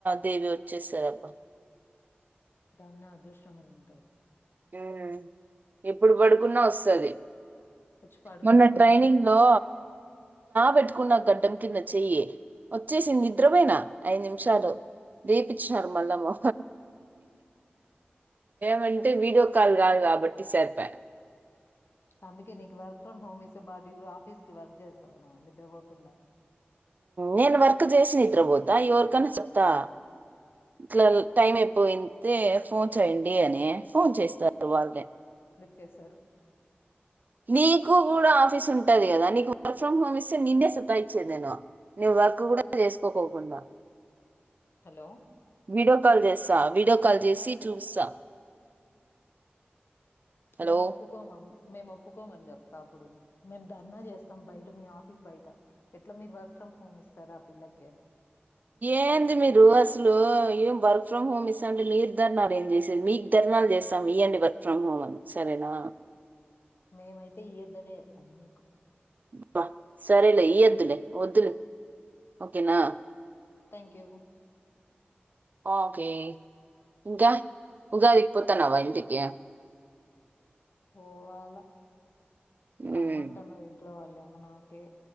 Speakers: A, on the right (about 45°); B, on the left (about 70°).
A: దేవి వచ్చేస్తది అబ్బా
B: దానే అదృష్టమని అంటారు
A: ఆ ఎప్పుడు పడుకున్నా వస్తుది
B: వచ్చి పడుకో
A: మొన్న
B: అయితే
A: ట్రైనింగ్ లో పెట్టుకున్నా గడ్డం కింద చెయ్యి వచ్చేసింది నిద్రపోయినా ఐదు నిమిషాలు లేయిపించినారు మల్ల మా వాళ్ళు వీడియో కాల్ కాదు కాబట్టి సేర్ప
B: అందుకే నీకు వర్క్ ఫ్రమ్ హోమ్ ఇస్తే బా ఆఫీస్ కి వర్క్ చేస్తావు నిద్రపోకుండా
A: నేను వర్క్ చేసిన నిద్రపోతా ఎవరికి అయిన చెప్తా ఇట్లా టైం అయిపోయితే ఫోన్ చేయండి అని ఫోన్ చేస్తారట వాళ్ళే.
B: చేశారు
A: నీకు కూడా ఆఫీస్ ఉంటది కదా, నీకు వర్క్ ఫ్రమ్ హోమ్ ఇస్తే నిన్నే సతా ఇచ్చేది నేను. వర్క్ కూడా చేసుకోకోకుండా
B: హలో!
A: వీడియో కాల్ చేస్తా వీడియో కాల్ చేసి చూపిస్తా. హలో
B: మేము ఒప్పుకోము, మేము ఒప్పు ఒప్పుకోమని చెప్తా, అప్పుడు మేము ధర్నా చేస్తాం బయట మీ ఆఫీస్ బయట ఎట్లా మీరు వర్క్ ఫ్రమ్ హోమ్ సార్ ఆపిల్లకి
A: ఏంది, మీరు అసలు ఏం వర్క్ ఫ్రమ్ హోమ్ ఇస్తాంటే మీరు ధర్నా చేసేది మీరు ధర్నా. ధర్నాలు చేస్తాం ఇయ్యాండి వర్క్ ఫ్రమ్ హోమ్ అని సరేనా
B: మేమైతే ఈయద్దనే చెబుతాం నీకు.
A: అబ్బా సరేలే ఈయద్దులే, వద్దులే, ఓకేనా.
B: Thank you
A: okay. ఇంకా ఉగాది కి పోతాఉండావా ఇంటికి.
B: పోవాల. రమ్మంటున్నారు
A: ఉమ్.
B: ఇంట్లో వాళ్ళేమో. నాకే